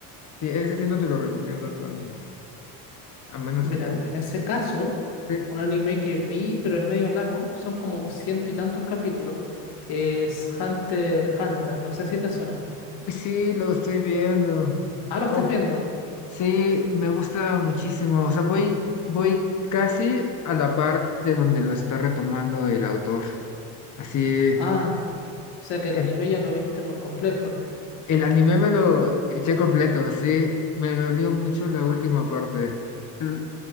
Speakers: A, on the left (about 40°); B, on the left (about 60°).
A: Sí, ese sí no te lo recomiendo tanto, a menos
B: Mira,
A: que te guste.
B: en ese caso,
A: Sí,
B: un anime que vi, pero es medio largo, son como ciento y tantos capítulos, es Hunter x Hunter. No sé si te suena.
A: Uy, sí, lo estoy viendo.
B: Ah, lo
A: Oh,
B: estás viendo.
A: Sí, me gusta muchísimo. O sea, voy, voy casi a la parte donde lo está retomando el autor. Así,
B: Ah, o sea que el
A: el,
B: anime ya lo viste por completo.
A: el anime me lo eché completo, sí. Me dolió mucho la última parte. L-